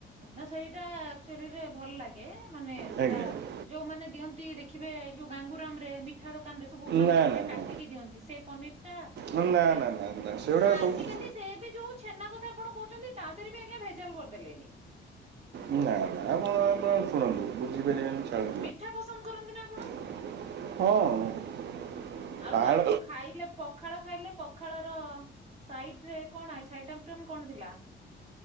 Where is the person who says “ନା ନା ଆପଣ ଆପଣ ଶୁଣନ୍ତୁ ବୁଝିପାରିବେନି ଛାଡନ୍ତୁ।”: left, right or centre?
Right